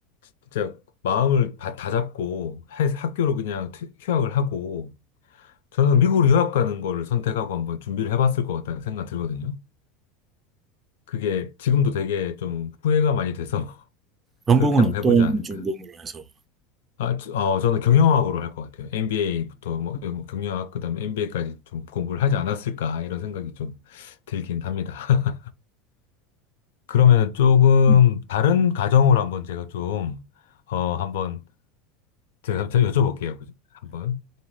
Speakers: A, on the left (about 85°); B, on the right (about 20°).
A: 진짜 마음을 바- 다 잡고 해- 학교로 그냥 튀- 휴학을 하고 저는 미국으로 유학 가는 거를 선택하고 한번 준비를 해봤을 것 같다는 생각 들거든요. 그게 지금도 되게 좀 후회가 많이 돼서 <laughs>
B: 전공은
A: 그렇게 한번
B: 어떤
A: 해보지 않을까.
B: 전공으로 해서?
A: 아, 저- 어, 저는 경영학으로 할 것 같아요. MBA부터 뭐, 뭐 경영학 그다음에 MBA까지 좀 공부를 하지 않았을까 이런 생각이 좀 들긴 합니다. <laughs> 그러면 조금
B: 음,
A: 다른 가정으로 한번 제가 좀 어, 한번 제가 제 여쭤볼게요. 그죠? 한번.